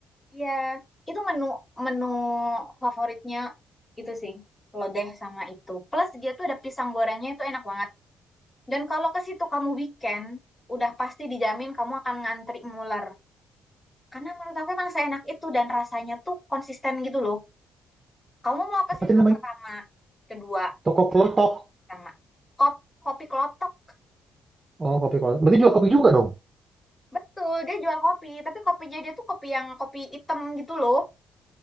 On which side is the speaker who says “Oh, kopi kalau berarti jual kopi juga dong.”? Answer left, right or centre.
Right